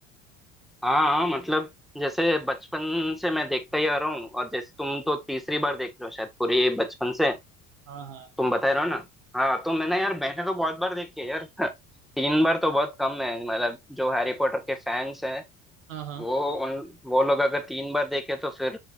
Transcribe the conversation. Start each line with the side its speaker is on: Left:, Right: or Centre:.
Centre: हाँ हाँ, मतलब जैसे बचपन से मैं देखता ही आ रहा हूँ और जैसे तुम तो तीसरी बार देख रहे हो शायद पूरी बचपन से
Right: हाँ
Centre: तुम बता रहे हो ना हाँ तो मैंने यार मैंने तो बहुत बार देखी है यार <laughs> तीन बार तो बहुत कम है मतलब जो हैरी पॉटर के फैंस हैं
Right: हाँ हाँ हाँ
Centre: वो उन वो लोग अगर तीन बार देखे तो फिर